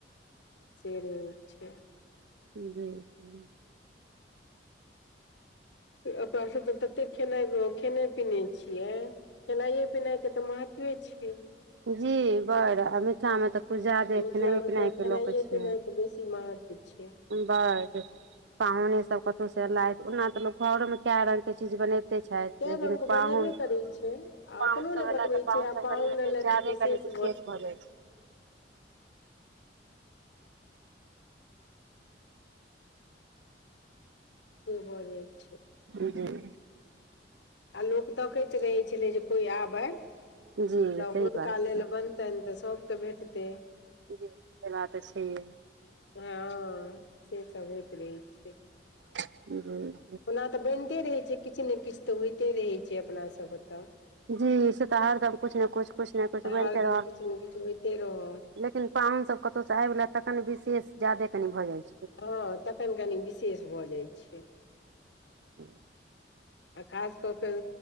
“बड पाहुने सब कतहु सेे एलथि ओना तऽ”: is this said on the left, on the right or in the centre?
Right